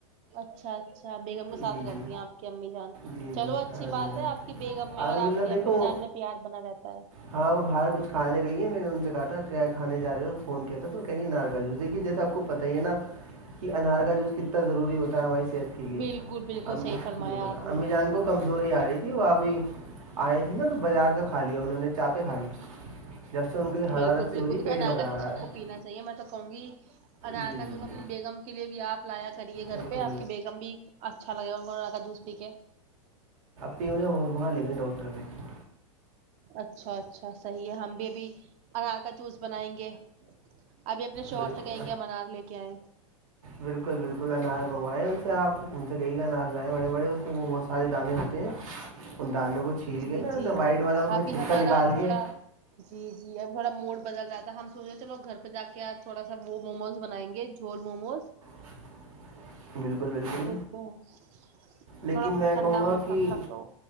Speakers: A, on the right; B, on the right.
A: اچھا اچھا بیگم کے ساتھ
B: جی
A: رہتی
B: جی
A: ہیں آپ کی امی جان
B: جی
A: چلو
B: جی
A: اچھی
B: الحمد
A: بات
B: للہ
A: ہے آپ کی بیگم میں
B: الحمد
A: اور
B: للہ
A: آپ کی
B: دیکھو
A: امی بھی جان میں پیار بنا رہتا ہے
B: ہاں وہ باہر کچھے گئی ہے میں نے ان سے کہا تھا کیا کھان جا رہے ہو فون کیا تھا تو کہیںے نار کا جوس دیک کہ جیسے آپ پت ہی ہے نا کہ انار کا جوس کتنا ضروری ہوتا ہے ہماری صحت کے لیے
A: بالکل بالکل
B: ا
A: صحیح فرمایا
B: بالکل
A: آپ
B: امی
A: نے
B: جان کو کمزوری آ رہی تھی وہ ابھی آئے تھیں نا تو بازار کا کھا لیا انہوں نے چا پیں کھا لی جب سے ان کو حرارت
A: بالکل
B: سے
A: بالکل
B: ہو رہی
A: د
B: پیٹ
A: اناگا
B: گھبرا
A: جوس
B: رہا
A: سب
B: ہے
A: کو پینا چاہیے میں تو کہوں گی آدھار
B: جی
A: کارڈ
B: جی
A: اسس اپنی
B: جی
A: بیگم کے لیے بھی آپ لایا کریے گھر
B: بالکل
A: پہ آپ کی بیگم بھی اچھا لگ گا انا کا جوس پی کے
B: پھر انہیں وہاں لے گئے ڈاکٹر نے <inaudible>
A: اچھا اچھا صحی ہے ہم بھی ابھی انرار کا جوس بنائیں گے ابھی اپنے شوہر
B: بالکل
A: سے کہیں گے منار لے کے آئےیں
B: بالکل بالکل انار منوائے سے آپ ان سے کہئی کا انار لائے بڑے بڑے اس سارے دانے ہوتے ہیں ان دانوں کو چھیل
A: جی
B: کے نا
A: جی
B: نا وائٹ والا اس میں
A: ابھی
B: چھلکا
A: ہمارا
B: نکال
A: تھوڑا
B: کے
A: جی جی اب تھوڑا موڈ بدل رہا تھا ہم سوچے چلو گھر پہ جا کے آج تھوڑا سا وہ موموز بنائیں گے جھول موموز
B: غ بالکل بالکل
A: دیکھتے ہیں
B: لیکن
A: تھوڑا
B: میں
A: ٹھنڈا
B: کہوں گا
A: موسم
B: کہ
A: تھا تو